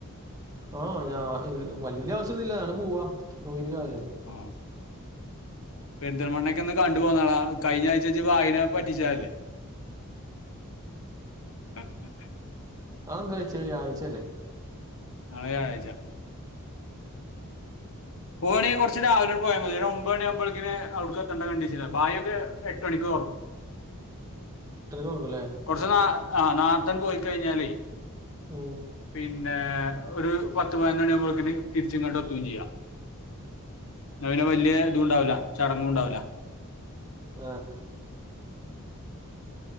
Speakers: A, on the right; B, on the left.
A: ആഹ് ഞാന് വലിയ ആവശ്യൊന്നില്ല ഞാണ് പോവാ നോക്കിട്ട കാല
B: ആഹ് പെരിന്തൽമണ്ണൊക്കെ ഒന്ന് കണ്ടു പോന്നാള കഴിഞ്ഞ ആഴ്ച ജ്ജ് വാഹിനെ പറ്റിച്ചയല്ലേ <unintelligible>
A: അതേന്ത്രയച്ചേ ഞായ്റാച്ചല്ലേ
B: അത് ഞായാറച്ചയാ പോകണമെങ്കിൽ കുറച്ച് രാവിലെ പോയാ മതി ഒരു ഒമ്പതുണികുമ്പോഴേക്കിന് അവിടുക്ക് എത്തേണ്ട കണ്ടീഷനി ഭായൊക്കെ എട്ട് മണിക്ക് തുറക്കും
A: എട്രരക്ക് തൊറക്കുല്ലേ
B: കുറച്ചു നാ ആഹ് നാർത്തെ പോയി കഴിഞ്ഞാലേ
A: ഉം
B: പിന്നെ ഒരു പത്ത് പതിനൊണിയാവുമ്പോഴേത്തിന് തിരിച്ച ഇങ്ങോട്ട് എത്തുവേം ചെയ്യാം എന്ന പിന്നെ വലിയ ഇതുണ്ടാവില്ല ചടങ്ങും ഉണ്ടാവില്ല
A: ആഹ്